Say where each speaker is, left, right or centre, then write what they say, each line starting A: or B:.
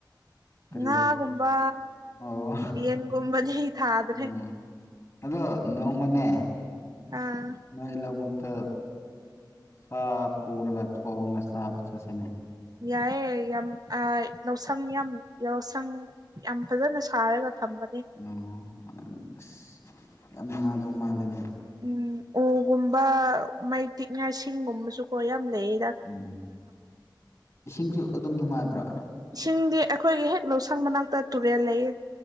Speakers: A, on the left; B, on the right.
A: ꯀꯔꯤ
B: ꯉꯥꯒꯨꯝꯕ
A: ꯑꯣ
B: ꯌꯦꯟꯒꯨꯝꯕꯗꯤ ꯊꯥꯗ꯭ꯔꯦ
A: ꯎꯝ ꯑꯗꯣ ꯅꯣꯡꯃꯅꯦ
B: ꯑꯥ
A: ꯅꯣꯏ ꯂꯧꯕꯨꯛꯇ ꯁꯥ ꯄꯨꯔꯒ ꯊꯣꯡꯉꯒ ꯆꯥꯕ ꯆꯠꯁꯤꯅꯦ
B: ꯌꯥꯏꯑꯦ ꯌꯥꯝ ꯂꯧꯁꯪ ꯌꯥꯝ ꯂꯧꯁꯪ ꯌꯥꯝ ꯐꯖꯅ ꯁꯥꯔꯒ ꯊꯝꯕꯅꯦ
A: ꯑꯣ ꯑꯁ ꯌꯥꯝ ꯅꯨꯡꯉꯥꯏꯗꯕ ꯃꯥꯜꯂꯦꯅꯦ
B: ꯎꯝ ꯎꯒꯨꯝꯕ ꯃꯩ ꯇꯤꯛꯉꯥꯏ ꯁꯤꯡꯒꯨꯝꯕꯁꯨꯀꯣ ꯌꯥꯝ ꯂꯩꯌꯦ
A: ꯎꯝ ꯏꯁꯤꯡꯁꯨ ꯑꯗꯨꯝ ꯅꯨꯡꯉꯥꯏꯕ꯭ꯔꯥ
B: ꯏꯁꯤꯡꯗꯤ ꯑꯩꯈꯣꯏꯒꯤ ꯍꯦꯛ ꯂꯧꯁꯪ ꯃꯅꯥꯛꯇ ꯇꯨꯔꯦꯜ ꯂꯩꯌꯦ